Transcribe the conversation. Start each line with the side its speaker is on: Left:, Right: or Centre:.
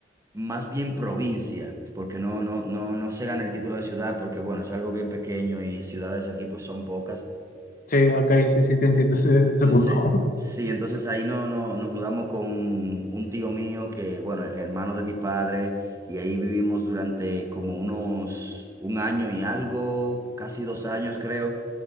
Right: más bien provincia, porque no, no, no, no se gana el título de ciudad, porque bueno, es algo bien pequeño y ciudades aquí pues son pocas.
Left: Sí, ok, sí, sí, te entiendo ese, ese
Right: Entonces,
Left: punto.
Right: sí, entonces ahí no, no, nos mudamos con un tío mío que, bueno, hermano de mi padre, y ahí vivimos durante como unos un año y algo, casi dos años creo.